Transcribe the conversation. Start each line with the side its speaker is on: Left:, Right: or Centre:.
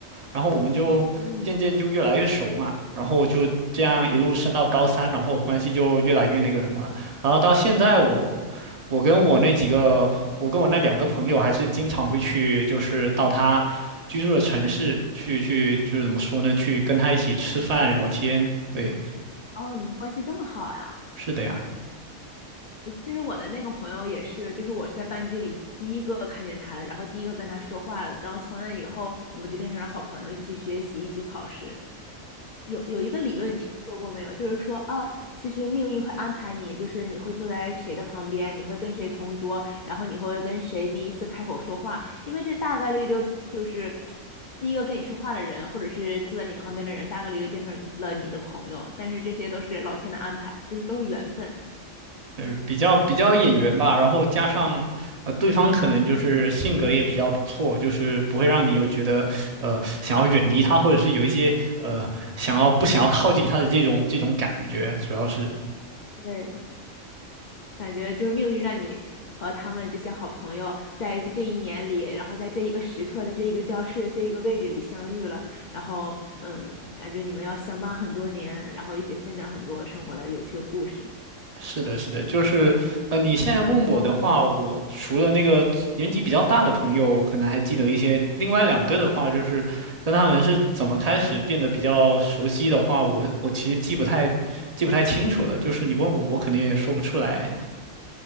Right: 然后我们就渐渐就越来越熟嘛，
Left: 嗯，
Right: 然后就这样一路升到高三，然后关系就越来越那个什么了。然后到现在我，我跟我那几个朋，我跟我那两个朋友还是经常会去，就是到他居住的城市去去，就是怎么说呢，去跟他一起吃饭聊天。对，
Left: 哦，你们关系这么好呀？
Right: 是的呀。
Left: 其实我的那个朋友也是，就是我是在班级里第一个看见他的，然后第一个跟他说话了，然后从那以后我们就变成了好朋友，一起学习，一起考试。有有一个理论，你听说过没有？就是说，啊，其实命运会安排你，就是你会坐在谁的旁边，你会跟谁同桌，然后你会跟谁第一次开口说话，因为这大概率就就是第一个跟你说话的人，或者是坐在你旁边的人，大概率就变成了你的朋友。但是这些都是老天的安排，就是都是缘分。
Right: 呃，比较比较眼缘吧，然后加上，呃，对方可能就是性格也比较不错，就是不会让你有觉得，呃，想要远离他，或者是有一些，呃，想要不想要靠近他的这种这种感觉，主要是。
Left: 对，感觉就是命运让你和他们这些好朋友在这一年里，然后在这一个时刻，在这一个教室、这一个位置里相遇了，然后嗯，感觉你们要相伴很多年，然后一起分享很多生活的有趣的故事。
Right: 是的，是的，就是，呃，你现在问我的话，我除了那个年纪比较大的朋友，可能还记得一些，另外两个的话，就是跟他们是怎么开始变得比较熟悉的话，我我其实记不太记不太清楚了，就是你问我，我肯定也说不出来。